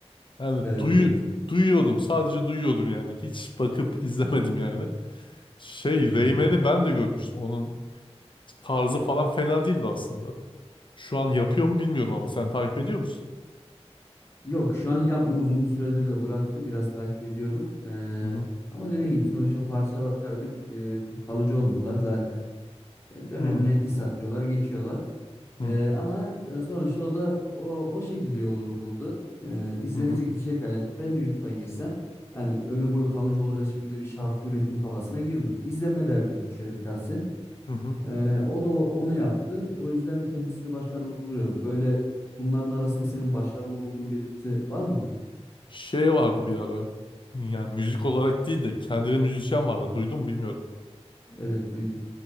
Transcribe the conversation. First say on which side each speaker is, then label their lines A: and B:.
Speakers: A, on the left; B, on the left.
A: Yani
B: Evet
A: duyu,
B: evet.
A: duyuyordum. Sadece duyuyordum yani. Hiç bakıp izlemedim yani. Şey
B: Hmm.
A: Rayman'i ben de görmüştüm. Onun tarzı falan fena değildi aslında. Şu an yapıyor mu bilmiyorum ama sen takip ediyor musun?
B: Yok şu an yapmıyor. Uzun bir süredir de bıraktı. Biraz takip ediyorum. Ee,
A: Hı hı,
B: ama dediğim gibi sonuçta parçalarda e, çok kalıcı olmuyorlar zaten. dönemine
A: hı
B: diss atıyorlar, geçiyorlar.
A: hı,
B: Ee, ama e, sonuçta o da o, o şekilde yolunu buldu. Ee, izlenecek
A: hı hı,
B: bir şey kaydetti. Ben de YouTube'a girsem yani ömür boyu kalıcı olacak şekilde bir şarkı üretim kafasına girmem. İzlenme derdine düşerim şahsen.
A: hı hı.
B: Ee, o da onu yaptı. O yüzden kendisini başarılı buluyorum. Böyle bunların arasında senin başarılı bulduğun birisi var mı?
A: Şey vardı bir ara. Yani müzik olarak değil de kendine müzisyen vardı. Duydun mu bilmiyorum.
B: Evet, duydum.